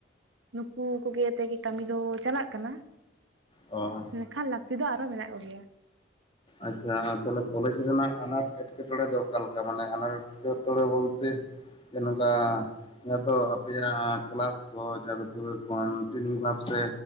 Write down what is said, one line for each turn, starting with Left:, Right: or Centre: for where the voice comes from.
Right: ᱱᱩᱠᱩ ᱠᱚ ᱜᱮ ᱛᱮᱜᱮ ᱠᱟᱹᱢᱤ ᱫᱚ ᱪᱟᱞᱟᱜ ᱠᱟᱱᱟ ᱾
Left: ᱚᱸ ᱾
Right: ᱢᱮᱱᱠᱷᱟᱱ ᱞᱟᱹᱠᱛᱤ ᱫᱚ ᱟᱨᱦᱚᱸ ᱢᱮᱱᱟᱜ ᱠᱚ ᱜᱮᱭᱟ ᱾
Left: ᱟᱪᱪᱷᱟ ᱟᱨ ᱛᱟᱦᱚᱞᱮ ᱠᱚᱞᱮᱡᱽ ᱨᱮᱱᱟᱜ ᱟᱱᱟᱴ ᱮᱴᱠᱮᱴᱚᱬᱮ ᱫᱚ ᱚᱠᱟᱞᱮᱠᱟ ᱢᱟᱱᱮ ᱟᱱᱟᱴ <unintelligible> ᱛᱚᱲᱮ ᱵᱚᱞᱛᱮ ᱡᱮ ᱱᱚᱠᱟ ᱡᱟᱦᱟᱸ ᱫᱚ ᱟᱯᱮᱭᱟᱜ ᱠᱮᱞᱟᱥ ᱠᱚ ᱡᱟᱦᱟᱸ ᱫᱚ ᱯᱩᱨᱟᱹ ᱠᱚᱱᱴᱤᱱᱤᱭᱩ ᱵᱷᱟᱵ ᱥᱮ